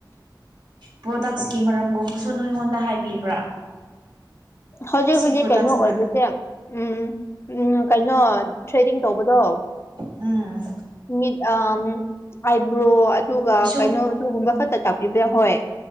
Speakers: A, on the right; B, on the left.
A: ꯄ꯭ꯔꯣꯗꯛꯁꯀꯤ ꯃꯔꯝꯒꯨꯝꯕꯁꯨ ꯅꯣꯏꯉꯣꯟꯗ ꯍꯥꯏꯕꯤꯕ꯭ꯔꯥ
B: ꯍꯧꯖꯤꯛ
A: ꯁꯤ
B: ꯍꯧꯖꯤꯛ
A: ꯄ꯭ꯔꯣꯗꯛꯁꯅ
B: ꯀꯩꯅꯣ ꯑꯣꯏꯕꯁꯦ ꯌꯥꯝ ꯎꯝ ꯎꯝ ꯀꯩꯅꯣ ꯊ꯭ꯔꯦꯗꯤꯡ ꯇꯧꯕꯗꯣ
A: ꯎꯝ
B: ꯃꯤꯠ ꯑ ꯑꯥꯏꯕ꯭ꯔꯣ ꯑꯗꯨꯒ
A: ꯄꯤꯁꯨꯝ
B: ꯀꯩꯅꯣ ꯑꯗꯨꯒꯨꯝꯕ ꯈꯛꯇ ꯇꯥꯛꯄꯤꯕ ꯌꯥ ꯍꯣꯏ